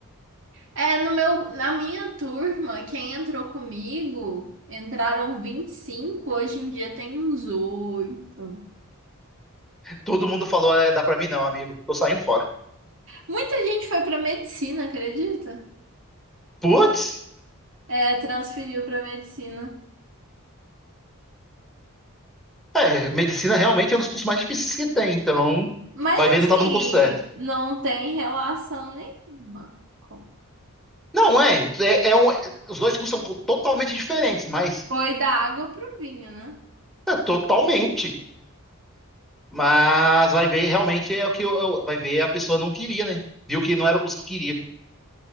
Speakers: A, on the right (about 60°); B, in the centre.
A: É, no meu, na minha turma, quem entrou comigo, entraram 25 hoje em dia tem uns oito.
B: Todo mundo falou, é, dá pra mim não, amigo. Tô saindo fora.
A: Muita gente foi pra medicina, acredita?
B: Putz,
A: É, transferiu pra medicina.
B: é, medicina realmente é um dos cursos mais difíceis que tem, então
A: Mas
B: vai ver,
A: assim,
B: não tava no curso certo.
A: não tem relação nenhuma. com-
B: Não, é, é, é um... os dois cursos são co- totalmente diferentes, mas
A: Foi da água pro vinho, né?
B: é, totalmente. Mas vai ver, realmente é o que eu, eu- vai ver, a pessoa não queria, né? Viu que não era o curso que queria.